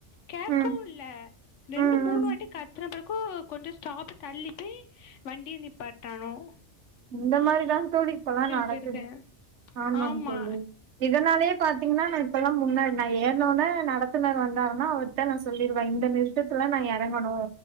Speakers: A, on the left (about 80°); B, on the right (about 75°).
A: கேக்கவும்
B: ம்
A: இல்ல ரெண்டு
B: ம்
A: மூணு
B: ம்
A: வாட்டி கத்துன பிற கோ கொஞ்ச ஸ்டாப் தள்ளி போய் வண்டி நிப்பாட்டராங்க
B: இந்த மாரிதான் தோழி இப்பல்லாம் நடக்குது
A: போயிருக்கே
B: ஆமாம்
A: ஆமா
B: தோழி இதனாலயே பாத்தீங்கன்னா நா இப்பல்லா முன்னாடி நா ஏற்னோன நடத்துனர் வந்தாருன்னா அவர்ட்ட நா சொல்லிருவே இந்த நிறுத்தத்துலா நா எறங்கணு